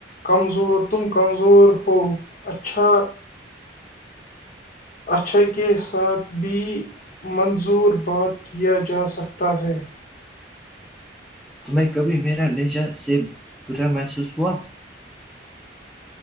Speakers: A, on the left; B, in the centre.
A: کمزور تم کمزور ہو اچھا اچھے کے ساتھ بھی منظور بات کیا جا سکتا ہے
B: تمہیں کبھی میرا لہجہ سے برا محسوس ہوا